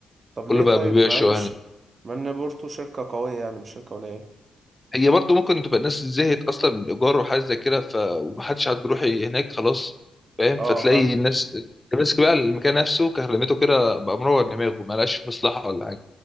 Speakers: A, on the right; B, on the left.
A: طب
B: كله
A: ليه
B: بقى
A: طيب
B: بيبيع
A: مع
B: الشقق
A: انش
B: هناك
A: مع ان بورتو شركه قويه يعني مش شركه قليله
B: هي برضو ممكن تبقى الناس زهقت اصلا من الايجار وحاجه زي كده ف ومحدش عاد بيروح هناك خلاص فاهم
A: اه
B: فتلاقي
A: فاهم
B: الناس ماسك بقى المكان نفسه كهرمته كده بقى مروع دماغه ما لقاش مصلحه ولا حاجه